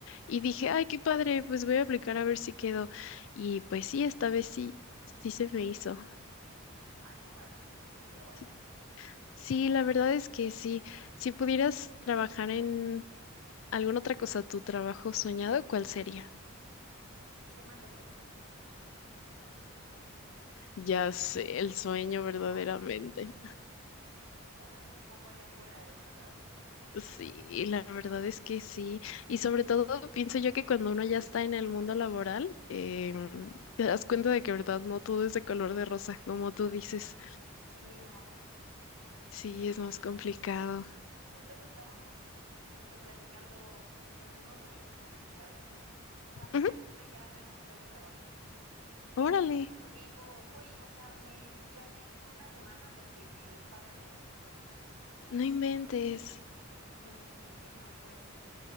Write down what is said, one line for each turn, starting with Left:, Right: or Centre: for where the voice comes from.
Left: y
Right: Ujú.
Left: dije, ay, qué padre, pues voy a aplicar a ver si quedo y pues sí, esta vez sí, sí se me hizo.
Right: Ay, qué padre. Sí, qué bueno.
Left: Sí, Sí, la verdad es que sí, si pudieras trabajar en alguna otra cosa, tu trabajo soñado, ¿cuál sería?
Right: Ser mantenida.
Left: Ya sé, el sueño verdaderamente.
Right: Ay, es que sí. Pagan muy poco allá afuera, de verdad.
Left: Sí, la verdad es que sí. Y sobre todo pienso yo que cuando uno ya está en el mundo laboral, em, te das cuenta de que, verdad, no todo es de color de rosa, como tú
Right: Ujú.
Left: dices.
Right: Sí, no.
Left: Sí, es más complicado.
Right: justo eso estábamos este, platicando, pues los mismos amigos que me recomendaron esto. O sea, una
Left: Ujú,
Right: de plano ya renunció a su trabajo.
Left: Órale,
Right: Porque dijo, güey, o sea, me gané en una semana lo que me pagan en la quincena.
Left: no inventes.
Right: Sí, y dije, no, pues